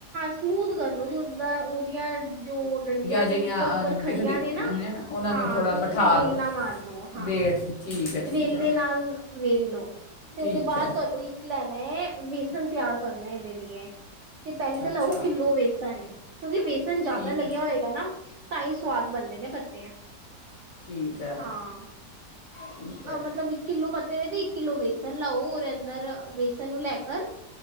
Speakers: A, on the right; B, on the left.
A: ਸਮੂਥ ਕਰਲੋ ਜਦਾਂ ਉਹਦੀਆਂ ਜੋ ਡੰਡੀਆਂ ਨੇ
B: ਜਿਹੀਆਂ
A: ਉੱਪਰ ਉੱਪਰ
B: ਅ,
A: ਖੜੀਆਂ
B: ਦਿਖਦੀਆਂ
A: ਨੇ ਨਾ
B: ਉਹਨਾਂ
A: ਹਾਂ
B: ਨੂੰ ਥੋੜਾ
A: ਤੇ
B: ਬਿਠਾ
A: ਉਹਦੇ ਤੇ ਵੇਲਣਾ
B: ਦਿਓ
A: ਮਾਰ ਦੋ ਹਾਂ
B: ਬੇਠ ਠੀਕ ਹੈ ਠੀਕ
A: ਵੇਲਨੇ
B: ਹੈ
A: ਨਾਲ ਵੇਲ ਲੋ ਹ ਤੇ
B: ਠੀਕ
A: ਉਹਦੇ ਬਾਅਦ
B: ਹੈ
A: ਤੁਹਾਨੂੰ ਇੱਕ ਲੈਣਾ ਵੇਸਣ ਤਿਆਰ ਕਰਨੇ ਕੇ ਲੀਏ ਤੇ ਪਹਿਲੇ ਤਾਂ
B: ਅੱਛਾ
A: ਲਾਓ ਕਿੱਲੋ ਵੇਸਣ ਕਿਉਂਕਿ ਬੇਸਣ ਜ਼ਿਆਦਾ
B: ਠੀਕ
A: ਲੱਗਿਆ ਹੋਏਗਾ ਨਾ ਤਾਂ ਹੀ ਸਵਾਦ ਬਣਦੇ ਨੇ ਪੱਤੇ
B: ਠੀਕ ਹੈ
A: ਹਾਂ
B: ਠੀਕ ਹੈ
A: ਅ ਮਤਲਬ ਇੱਕ ਕਿੱਲੋ ਪੱਤਾ ਤੇਰੇ ਤੇ ਇੱਕ ਕਿੱਲੋ ਵੇਸਨ ਲਓ ਉਹਦੇ ਅੰਦਰ ਵੇਸ ਸਾਨੂੰ ਲੈਕ ਅ